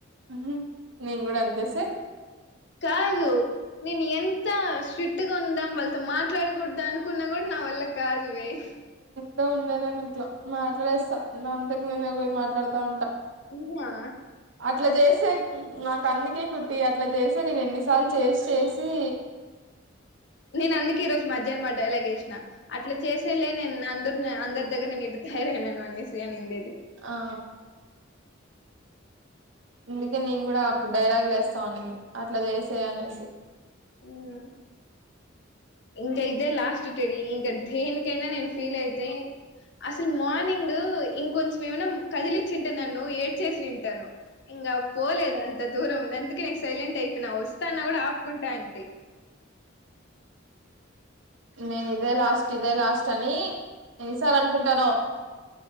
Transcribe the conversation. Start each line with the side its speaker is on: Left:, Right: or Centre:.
Right: ఉమ్ నేన్ కూడ అంతే సర్
Left: కాదు నేన్ ఎంత్ త స్ట్రిట్ గా ఉందాం వాళ్ళతో మాట్లాడకూడదనుకున్నా కూడ నా వల్ల కాదు వే హ్
Right: త ఉండలే నట్ల మాట్లేస్త నా అంతకి నేను పోయి మాట్లాడుతా ఉంట
Left: ఉమ్మ్ నా
Right: అట్ల చేస్తే నాకు అందుకే కుట్టి అట్ల చేసే నేను ఎన్నిసార్లు చేసి చేసీ
Left: నేను అందుకే ఈ రోజు మధ్యాహ్నం మా డైలాగ్ ఏషిన అట్ల చేసేలే నేను అందరు అందరి దగ్గర నేను ఇట్ట తయారైనాను అనేసి అనిండేది
Right: ఆ అందుకే నేన్ గూడ అప్పుడు డైలాగులేస్తావునింది అట్ల చేస్తది అనేసి
Left: ఊమ్ ఇంక ఇదే లాస్ట్ టెడి ఇంక దేనికైన నేను ఫీలైతే అసలు మార్నింగ్ ఇంకొంచం ఏమైన కదిలిచ్చుంటే నన్ను ఏడ్చేసుంటాను ఇంక పోలేదు అంత దూరం గందుకే నేన్ సైలెంట్ అయిపోయిన ఒస్తా అన్న కూడ ఆపుకుంటాంది
Right: నేను ఇదే లాస్ట్ ఇదే లాస్ట్ అని ఎన్ని సార్లు అనుకుంటనో